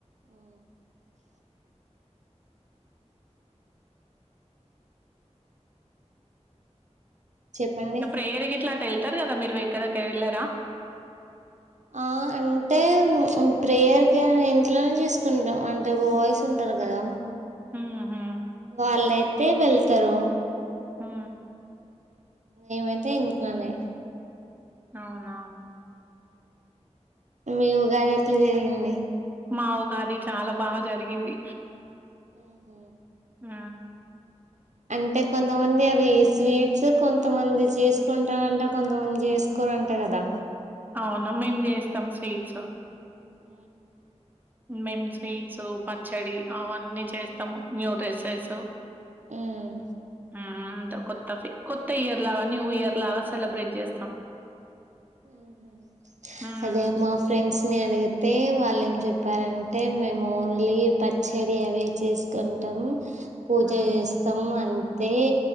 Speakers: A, on the right; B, on the right.
A: అ చెప్పండి
B: ఇ ప్రేరికి ఎట్లాట అంటారు కదా మీరు ఎక్కదకి వెళ్ళారా
A: ఆ అంటే ప్రేయర్ కేం ఇంట్లోనే చేసుకుంటాం అంటే బాయ్స్ ఉంటారు కదా
B: మ్మ్ హ్మ్
A: వాళ్ళైత్ టే వెళ్తరు
B: హ
A: ఏమైతే వింటున్నానే
B: అవునా
A: మీ ఉగాది ఎట్ల జరిగింది
B: మా గాది చాలా బాగా జరిగింది
A: ఆహ
B: ఆ
A: అంటే కొంతమంది అవి స్వీట్స్ కొంతమంది చేసుకుంటారంటారు కొంతమంది చేసుకోరంటే కదా
B: అవునా మేం చేస్తాం స్వీట్స్
A: ఉ
B: మేమ్ స్వీట్స్ పచ్చడి అవన్ అన్నీ చేస్తాము న్యూ డ్రెస్సెస్
A: ఉమ్
B: ఆా కొత్త కొత్త ఇయర్ లాగా న్యూ ఇయర్ లాగా సెలబ్రేట్ చేస్తాం
A: ఆహ
B: హ్మ్
A: అదే మా ఫ్రెండ్స్ ని అడిగితే వాళ్ళం చెప్పారంటే మేము ఓన్లీ పచ్చడి అవే చేసుకుంటాము పూజ
B: హ్మ్
A: చేస్తాం అంత ఐతే